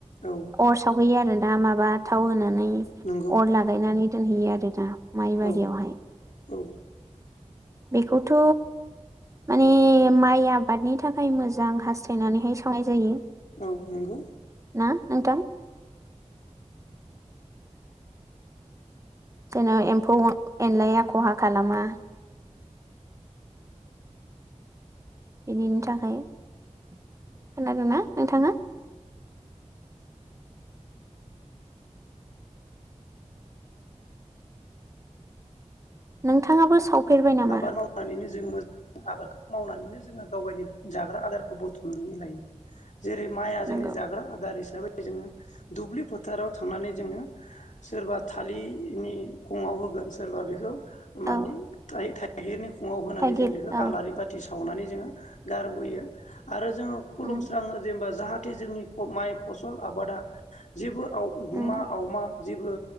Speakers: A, on the left; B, on the right.
A: औ
B: अर सावहैयो आरो दा माब बा थाव होनानै
A: नंगौ
B: अर लाग दानि दोनहैयो आरो ना माइबारियावहाय
A: औ औ
B: बेखौथ' माने माइ आबादनि थाखाय मोजां हास्थायनानैहाय सावनाय जायो।
A: औ नंगौ।
B: ना नोंथां? जेनै एम्फौ ओ एनलाया खहा खालामा। बिदिनि थाखाय खोनादों ना नोंथाङा? नोंथ थांङाबो सावफेरबाय नामा?
A: आबाद मावनानैनो जों मोज आबादखौ मावनानैनो जोङो गावगायनि जाग्रा आदारखौ बुथुमनानै लायो। जेरै माइआ
B: नंगौ
A: जोंनि जाग्रा आदार हिसाबै जोङो दुब्लि फोथाराव थांनानै जोङो सोरबा थालि नि खङाव होगोन सोरबा बेखौ माने
B: औ
A: थाइ थाइगिरनि खङाव होनानै
B: थाइगिर
A: जों बेखौ
B: औ
A: आलारि बाथि साव सावनानै जोङो गारबोयो। आरो जोङो खुलुमस्राङो
B: उम
A: जेनेबा जाहा थे जोंनि माइ फसल आबादा जेबो औ गुमा
B: उम
A: आवमा। जेबो